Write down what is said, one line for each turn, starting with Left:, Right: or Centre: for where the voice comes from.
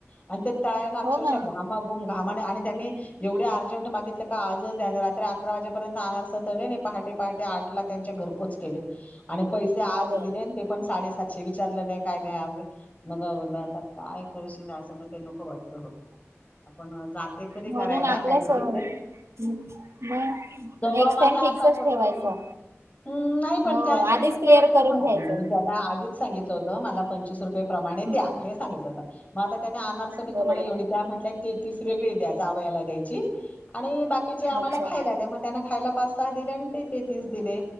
Left: आणि ते तळायला अक्षरशः
Right: हो ना
Left: घामा घुम घा म आणि त्यांनी एवढ्या अर्जंट मागितले का आज त्या रात्री अकरा वाजपर्यंत अनारसे पहाटे पहाटे आठ ला त्यांच्या घरपोच केले. आणि पैसे आज
Right: अरे अरे
Left: दिले ते पण साडे साक्षी विचारलं नाही काय नाहीे मग ब आता काय असं ते नको वाट तं आपण जाते कधी
Right: म्हणून
Left: करायला
Right: आपल्या
Left: काहीतरी
Right: स
Left: ते
Right: मग
Left: स्वभाव
Right: नेक्स्ट
Left: माझा
Right: टाइम फिक्सच
Left: असा पडतो
Right: ठेवायचा
Left: ना हम नाही पण
Right: हो
Left: त्या अशा
Right: आधीच
Left: कधी
Right: क्लिअर
Left: करत नाही
Right: करून
Left: पण
Right: घ्यायचं
Left: मी त्यांना आधीच सांगितलं होत मला पंचवीस रुपये प्रमाणे द्या,
Right: हम्म
Left: हे सांगित होत. म आता त्यांनी आनारसे बी
Right: बरोबर
Left: तुम्हाला एवढे त्या म्हटल्या तेतीस वेगळे द्या जावयाला द्यायची. आणि बा कीचे आम्हाला
Right: अच्छा
Left: खायला द्या मग त्यांना खायला पाचसहा दिले आणि ते तेतीस दिले.